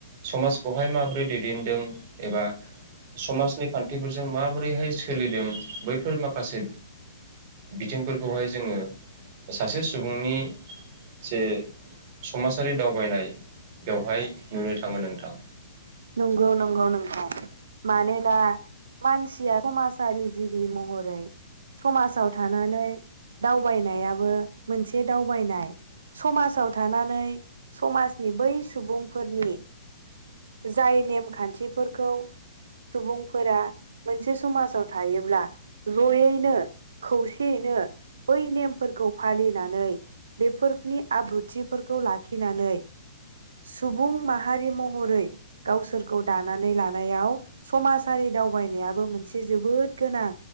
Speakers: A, on the right; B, on the right.
A: समाजखौहाय माबोरै दैदेनदों एबा समाजनि खान्थिफोरजों माबोरैहाय सोलिदों बैफोर माखा माखासे बिथिंफोरखौहाय जोङो सासे सुबुंनि जे समाजारि दावबायनाय बेवहाय नुनो थाङो नोंथां
B: नंगौ नंगौ नोंथां मानोना मानसिया समाजारि जिबि महरै समाजाव थानानै दावबायनायाबो मोनसे दावबायनाय समाजाव थानानै समाजनि बै सुबुंफोरनि जाय नेम-खानथिफोरखौ सुबुंफोरा मोनसे समाजाव थायोब्ला जयैनो खौसेयैनो बै नेमफोरखौ फालिनानै बेफोरनि आब्रुथिफोरखौ लाखिनानै सुबुं माहारि महरै गावसोरखौ दानानै लानायाव समाजारि दावबायनायाबो मोनसे जोबोद गोनां